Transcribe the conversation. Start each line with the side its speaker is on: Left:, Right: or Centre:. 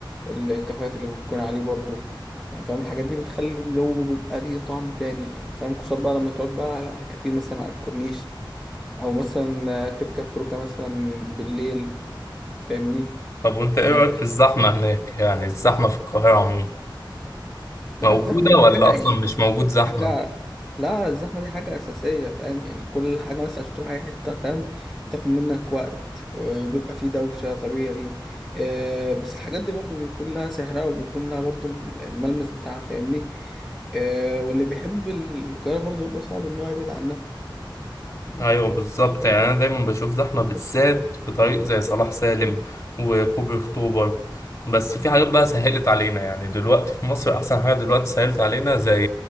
Centre: الكافيهات اللي بتكون عليه برضه يعني فاهم الحاجات دي بتخلي الجو بيبقى ليه طعم تاني يعني فاهم خصوصا بقى لما تقعد بقى على على كافيه مثلا على الكورنيش أو مثلا آه، تركب فلوكة مثلا بالليل فاهمني
Left: طب وانت ايه
Centre: آه،
Left: رأيك في الزحمة هناك يعني الزحمة في القاهرة عموما
Centre: لا
Left: موجودة
Centre: الزحمة دي
Left: ولا
Centre: حاجة
Left: اصلا مش موجود زحمة
Centre: حاجة لا الزحمة دي حاجة أساسية فاهم يعني كل حاجة مثلا عشان تروح أي حتة فاهم تاخد منك وقت وبيبقى فيه دوشة طبيعي آه، بس الحاجات دي برضو بيكون لها سحرها وبيكون لها برضو الملمس بتاعها فاهمني آه، واللي بيحب القاهرة برضو بيبقى صعب إن هو يبعد عنها
Left: ايوه بالظبط يعني انا دايما بشوف زحمه بالذات في طريق زي صلاح سالم وكوبري اكتوبر بس في حاجات بقى سهلت علينا يعني دلوقتي في مصر احسن حاجه دلوقتي سهلت علينا زي